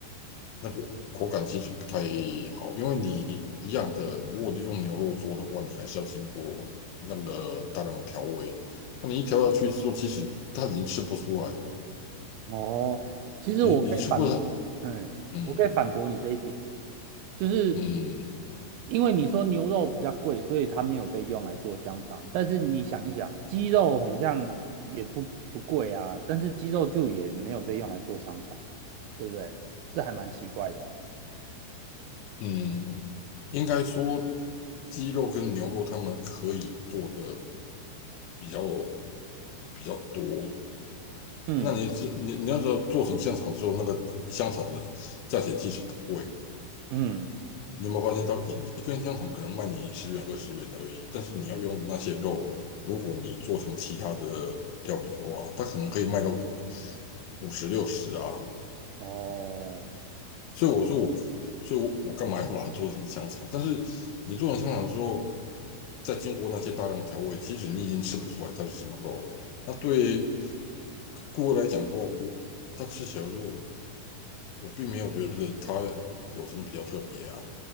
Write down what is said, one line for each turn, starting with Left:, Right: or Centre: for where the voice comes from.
Left: 那个口感其实不太好，因为你一样的，如果你用牛肉做的话，你还是要经过那个大量的调味。那你一调下去之后，其实它已经吃不出来了，
Right: 哦，其实我可以反，
Left: 你你吃不，
Right: 嗯，
Left: 嗯
Right: 我可以反驳你这一点啊，就是
Left: 嗯
Right: 因为你说牛肉比较贵，所以它没有被用来做香肠。但是你想一想，鸡肉很像也不不贵啊，但是鸡肉就也没有被用来做香肠，对不对？这还蛮奇怪的哦。
Left: 嗯，嗯应该说鸡肉跟牛肉他们可以做的比较比较多。
Right: 嗯
Left: 那你只你你要说做成香肠之后，那个香肠的价钱其实不贵。
Right: 嗯，
Left: 你有没有发现到一一根香肠可能卖你十元二十元而已，但是你要用那些肉，如果你做成其他的料理的话，它可能可以卖到五十六十啊，
Right: 哦。哦
Left: 所以我说我，所以我我干嘛要把它做成香肠？但是你做成香肠之后，再经过那些大量调味，其实你已经吃不出来它是什么肉了。那对顾客来讲的话，我他吃起来的时候，我并没有觉得它有什么比较特别啊。